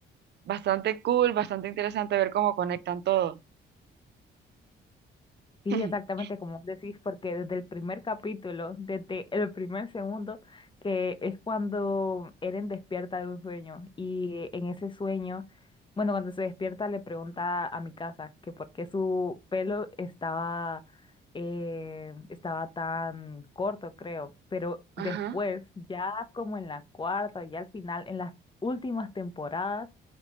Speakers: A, on the right; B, on the left.
A: bastante cool, bastante interesante ver cómo conectan todo.
B: Sí,
A: <clears throat>
B: exactamente como vos decís, porque desde el primer capítulo, desde el primer segundo, que es cuando Eren despierta de un sueño y en ese sueño, bueno, cuando se despierta le pregunta a mi casa que por qué su pelo estaba, eh, estaba tan corto, creo, pero
A: Ajá,
B: después, ya como en la cuarta, ya al final, en las últimas temporadas,